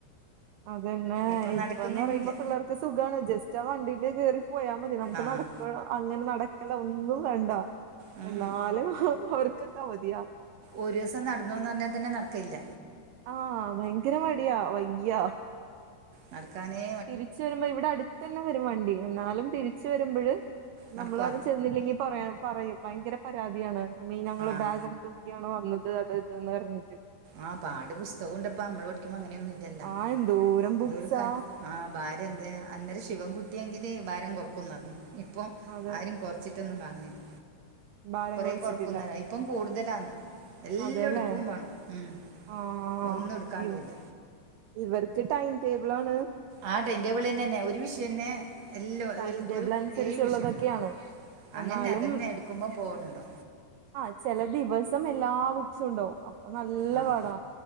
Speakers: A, on the right (about 75°); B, on the right (about 50°).
A: അതന്നെ
B: ഇപ്പം
A: ഇപ്പന്ന്
B: നടക്കുന്നതന്നെ
A: പറയുമ്പോ
B: ഇല്ല
A: പിള്ളേർക്ക് സുഖാണ് ജസ്റ്റ് ആഹ് വണ്ടിൽ കേറി പോയാ മതി നമുക്ക്
B: ആ
A: നട പൊ അങ്ങനെ നടക്കല ഒന്നും വേണ്ട
B: ഉം
A: എന്നാലും
B: ഉം
A: അവർക്കൊക്കെ മതിയാ
B: ഒരുസം നടന്നുന്ന് പറഞ്ഞാൽ തന്നെ നടക്കയില്ല
A: ആഹ് ഭയങ്കര മടിയാ വയ്യ
B: നടക്കാനെ
A: തിരിച് വരുമ്പോ ഇവിടെ അടു തന്നെ വരും വണ്ടി എന്നാലും തിരിച് വരുമ്പഴ്
B: നടക്കുവാ
A: നമ്മലാരും ചെന്നില്ലെങ്കി പറയാം പറയും ഭയങ്കര പരാതിയാണ് മെയ് ഞങ്ങള്
B: ആഹ്
A: ബാഗും തൂക്കിയാണോ വന്നത് അത് ഇതന്ന് പറഞ്ഞിട്ട്
B: ആഹ് പാട് പുസ്തകുണ്ട്പ്പ മ്മൾ പഠിക്കുമ്പോ അങ്ങനെയൊന്നും ഇല്ലല്ല
A: ആ എന്തോരം ബുക്സാ
B: വെവ്ക്കാൻ ആഹ് ഭാരം എന്തെ അന്നേരം ശിവൻകുട്ടിയെങ്കില് ഭാരം കൊറക്കുംന്ന്ർഞ് ഇപ്പൊ
A: അതെ
B: ആരും കൊർ ച്ചിട്ടൊന്നും കാൺഇല്ല
A: ഭാരം
B: കൊറേ
A: കുറച്ചിട്ടില്ല
B: കൊർക്കുന്നറി ഇപ്പം കൂടുതലാന്ന് എല്ലു
A: അതെല്ലേ
B: എടുക്കും വാണം ഉം
A: ആഹ്
B: ഒന്നും എടുക്കാണ്ടുല്ല
A: ഇവ ഇവർക്ക് ടൈം ടേബിളാണ്
B: ആഹ് ടൈം ടേബിള്ന്നെന്നെ ഒരു വിഷയന്നെ എല്ലോ
A: ടൈം
B: ഒര്
A: ടേബിൾ
B: ഒരു
A: അനുസരിച്ചുള്ളതൊക്കെയാണ്
B: ഏഴ് വിഷയമുണ്ട് അങ്ങനെ
A: എന്നാലും
B: അതന്നെ എടുക്കുമ്പൊ പോണ് ണ്ടോ
A: ആഹ് ചെല ദിവസം എല്ലാ ബുക്സുണ്ടാവും നല്ല
B: ആഹ്
A: പാടാ